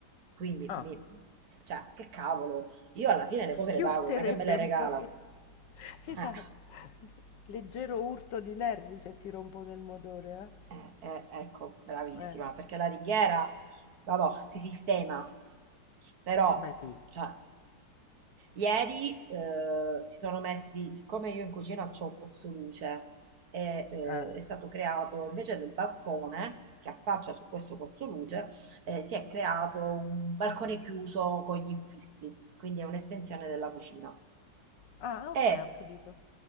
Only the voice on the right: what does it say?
Quindi,
mi- cioè, che cavolo, io alla fine le cose
le pago,
non è che me le regalano.
Eh.
Eh, eh, ecco, bravissima,
perché la ringhiera, vabbò, si sistema, però,
cioè, ieri eh, si sono messi, siccome io in cucina c'ho un pozzoluce, e, eh,
è stato creato, invece del balcone che affaccia su questo pozzoluce, eh, si è creato un balcone chiuso con gli infissi, quindi è un'estensione della cucina.
E